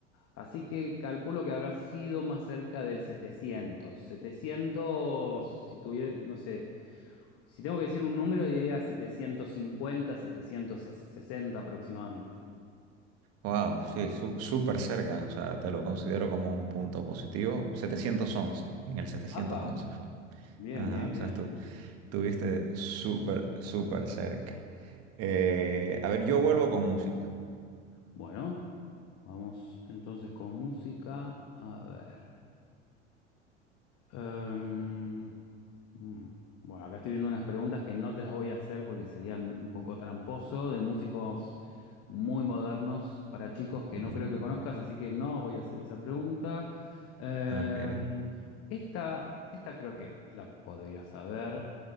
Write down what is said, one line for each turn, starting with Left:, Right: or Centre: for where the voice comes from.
Left: así que calculo que habrá sido más cerca del 700, 700. si tuviera, no sé, si tengo que decir un número diría setecientos cincuenta, setecientos sesenta aproximadamente.
Right: Wow, sí, su- súper cerca, o sea, te lo considero como un punto positivo. 711. en el setecientos
Left: ¡Apa!
Right: once fue.
Left: Bien,
Right: Ajá,
Left: bien, bien.
Right: o sea, estu- estuviste súper, súper cerca. Eh, a ver, yo vuelvo con música.
Left: Bueno, vamos entonces con música. A ver. Em, mm, bueno, acá estoy viendo unas preguntas que no te las voy a hacer porque serían un poco tramposo, de músicos muy modernos para chicos que no
Right: Ujú.
Left: creo que conozcas, así que no voy a hacer esa pregunta. Em,
Right: Ok.
Left: esta, esta creo que la podrías saber,